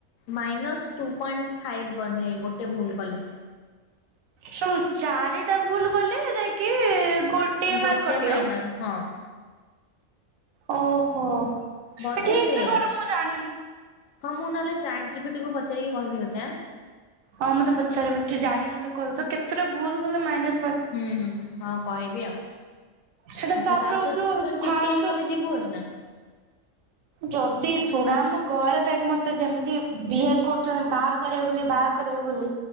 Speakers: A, on the left; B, on the right.
A: ମାଇନସ୍ ଟୁ ପଏଣ୍ଟ ଫାଇଫ୍ ବୋଧେ ଗୋଟେ ଭୁଲ କଲେ।
B: ଶୁଣ୍ ଚାରିଟା ଭୁଲ କଲେ ଯାଇକି। ଗୋଟିଏ
A: ଗୋଟେ
B: ମାର୍କ କଟିବ।
A: ମାଇନଲ ହଁ।
B: ଓହୋ
A: ବୋଧେ
B: ଏ ଠିକ
A: ସେଇଆ।
B: ସେ କଇଲୁ ମୁଁ ଜାଣିନି।
A: ହଁ, ମୁଁ ନହେଲେ ଚାର୍ଟ ଜିପିଟିକୁ ପଚାରିକି କହିବି ତତେ ଆଁ।
B: ହଁ ମୁଁ ତତେ ପଚାରିବି ଟିକେ ଜାଣିକି ମତେ କହିବୁ ତ କେତେଟା ଭୁଲ କଲେ ମାଇନସ୍।
A: ହୁଁ ହୁଁ ହଁ କହିବି ଆଉ।
B: ସେଟା
A: ଆଚ୍ଛା
B: ତାପରେ
A: ତାହେଲେ
B: ହଉଛୁ
A: ତୋର ତୋର ସିଟି
B: ଫାଷ୍ଟ
A: ହେଇଗଲେ ଯିବୁ ଭାରି ନା?
B: ଯଦି ଶୁଣ ଆମ ଘରେ ଦେଖେ ମତେ ଯେମିତି ବିହେବ କରୁଛନ୍ତି, ବାହା କରିବେ ବୋଲି ବାହା କରିବୁ ବୋଲି